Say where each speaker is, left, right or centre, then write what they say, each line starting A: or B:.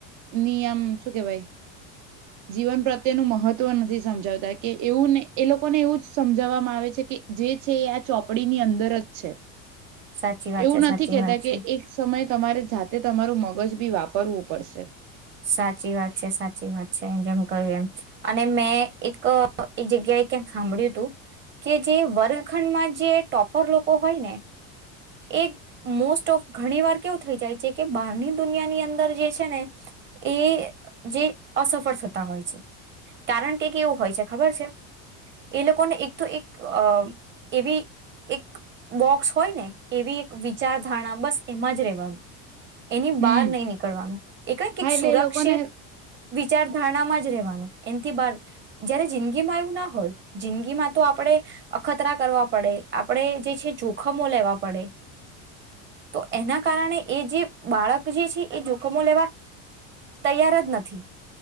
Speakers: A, on the right; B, on the right.
A: ની આમ શું કેવાય જીવન પ્રત્યેનું મહત્વ નથી સમજાવતા કે એવુંને એ લોકોને એવું સમજાવવામાં આવે છે કે જે છે એ આ ચોપડી ની અંદર જ છે
B: સાચી વાત
A: એવું
B: છે સાચી
A: નથી કેહેતા
B: વાત છે
A: કે એક સમય તમારે જાતે તમારું મગજ બી વાપરવું પડશે
B: સાચી વાત છે સાચી વાત છે એમ જેમ કહ્યું એમ અને મેં એક એ જગ્યાએ ક્યાંક સાંભળ્યું હતું કે જે વર્ગખંડમાં જે ટોપર લોકો હોય ને એક મોસ્ટ ઓફ ઘણી વાર કેવું થઈ જાય છે કે બહારની દુનિયાની અંદર જે છે ને એ જે અસફળ થતા હોય છે કારણ કે કે એવું હોય છે ખબર છે એ લોકોને એક તો એક એવી એક બોક્સ હોય ને એવી વિચારધારણા બસ એમાં જ રેવાનું એની
A: હમ
B: બહાર નહી નીકળવાનું એ કઈ
A: હા
B: ક
A: એટલે
B: સુરક્ષિત
A: એ લોકોને
B: વિચારધારણામાં જ રહેવાનું એથી બાર જયારે જિંદગી માં એવું ના હોય જિંદગીમાં તો આપડે અખતરા કરવા પડે આપડણે જે છે જોખમો લેવાડ પડ તો એના કારણે એ જે બાળક જે છે એ જોખમો લેવા તૈયાર જ નથી